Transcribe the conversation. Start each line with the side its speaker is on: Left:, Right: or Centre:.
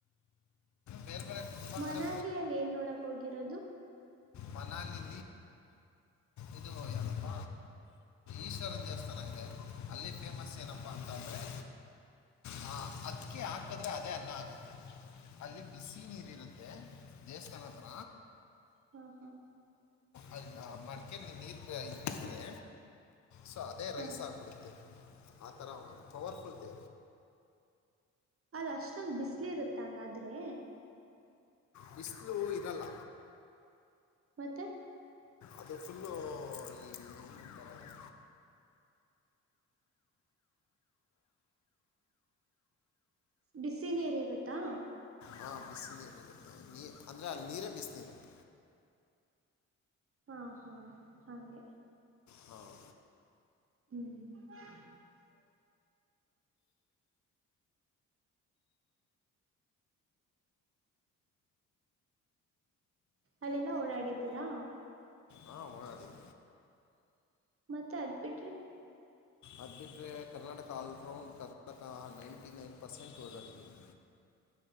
Left: ಬೇರೆ ಬೇರೆ ತುಂಬ
Right: ಮನಾಲಿಯಲ್ಲಿ
Left: ಕಡೆ
Right: ಏನ್ ನೋಡಕ್ ಹೋಗಿರೋದು
Left: ಮನಾಲಲಿ ಇದು ಯಾರಪ್ಪ ಈಶ್ವರನ್ ದೇವಸ್ಥಾನ ಇದೆ ಅಲ್ಲಿ ಫೇಮಸ್ ಏನಪ್ಪಾ ಅಂತ ಅಂದ್ರೆ ಹ ಅದಕಿ ಹಾಕದ್ರೆ ಅದೇ ಅನ್ನ ಆಗುತ್ತೆ ಅಲ್ಲಿ ಬಿಸಿ ನೀರ್ ಇರುತ್ತೆ ದೇವಸ್ಥಾನ ಹತ್ರ
Right: ಹಾ ಹಾ
Left: ಅದ ಮಡಕಲಿ ನೀರ್ ಬಿಟ್ರೆ ಸೊ ಅದೇ ರೈಸ್
Right: ಹಾ
Left: ಹಾಕ್ಬಿಡುತ್ತೆ ಆತರ ಪವರ್ಫುಲ್ ದ
Right: ಅದ ಅಷ್ಟೊಂದ ಬಿಸ್ಲಿ ಇರುತ್ತ ಹಂಗಾದ್ರೆ
Left: ಬಿಸ್ಲು ಇರಲ್ಲ
Right: ಮತ್ತೆ
Left: ಅದು ಫುಲ್ಲು ಈ ಏನಂತಾರೆ
Right: ಬಿಸ ನೀರ್ ಇರುತ್ತಾ
Left: ಹಾ ಬಿಸ ನೀೀರುರುತ್ತೆ ನೀ ಅಂದ್ರೆ ಅಲ್ಲಿ ನೀರೇ ಬಿಸ ನೀೀರುತ್ತೆ
Right: ಹಾ ಹಾ ಹಾಗೆ
Left: ಹಾಂ
Right: ಹ್ಮ್ ಅಲ್ಲೆಲ್ಲಾ ಓಡಾಡಿದ್ದೀರಾ
Left: ಹಾಂ ಓಡಾಡಿದ್ದೀನಿ
Right: ಮತ್ತೆ ಅದ್ ಬಿಡ್ರಿ
Left: ಅದಿಟರೆ Karnataka all round Karnataka ninety nine percent ಓಗಾಡಿದ್ದೀನಿ